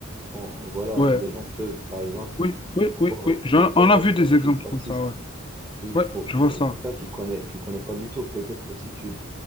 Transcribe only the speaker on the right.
en- en- voilà,
des gens peuvent, par exemple,
pro-
proférer
des
insultes
racistes
oui,
pour
euh,
quelqu'un qui ne connaît, qui connaît pas du tout, peut-être aussi tu